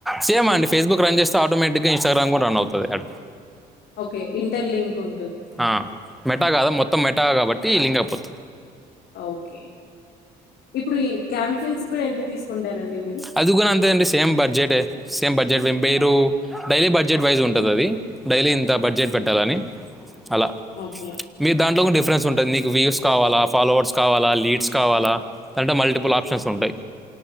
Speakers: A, in the centre; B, on the left (about 70°).
A: సేమ్ అండి ఫేస్బుక్ రన్ చేస్తే ఆటోమేటిక్గా ఇన్గ్రామ్ కూడా రన్ అవుతది అ
B: ఓకే ఇంటర్లింక్ ఉం
A: ఆ మెట కాదా మొత్తం మెటా కాబట్టి లింగైపోతాద్
B: ఓకే ఇప్పుడు ఈ క్యాంఫిన్స్ కూడా ఎంత తీసుకుంటారండి మీరు?
A: అది గూన అంతే అండి సేమ్ బడ్జెటే సేమ్ బడ్జెట్ వే మీరు డైలీ బడ్జెట్ వైజ్ ఉంటది అది డైలీ ఇంత బడ్జెట్ పెట్టాలని అలా
B: ఓకే.
A: మీరు దాంట్లో కూడా డిఫరెన్స్ ఉంటది మీకు వీవ్స్ కావాలా ఫాలోవర్స్ కావాలా లీడ్స్ కావాలా అంటే మల్టిపుల్ ఆప్షన్స్ ఉంటాయి